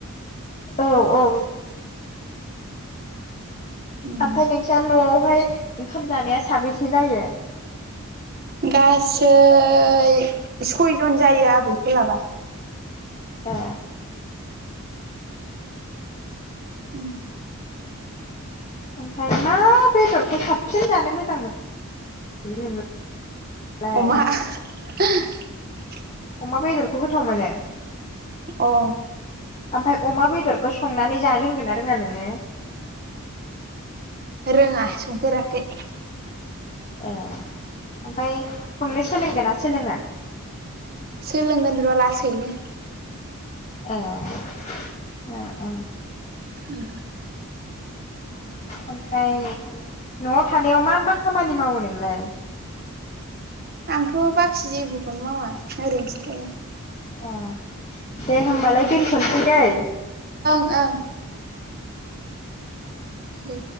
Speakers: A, on the left; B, on the right.
A: औ औ
B: उम
A: ओमफ्राय नोंस्रा न'आवहाय ओंखाम जानाया साबैसे जायो?
B: गासै सयजन जायो आबैखौ लाबा।
A: ए
B: उ
A: ओमफ्राय मा बेदरखौ साबसिन जानो मोजां मोन नो नोंलाय?
B: अमा <unintelligible>
A: अमा बेदरखौ गोथाव मोनो।
B: औ
A: ओमफ्राय अमा बेदरखौ संनानै जानो रोंगोन ना रोङा नोङो?
B: रोङा संफेराखै।
A: ए ओमफाय संनो सोलोंगोन ना सोलोङा?
B: सोलोंगोन र' लासैनो।
A: ओ‌-ओ‌-ओ
B: उम
A: ओमफ्राय न'आव थानायाव मा मा खामानि मावो नोंलाय?
B: आंथ' बाखि जेबोखौनो मावा ओरैनोसो थायो।
A: ए दे होनो बालाय दोनथ'नोसै दै।
B: ओं उ दे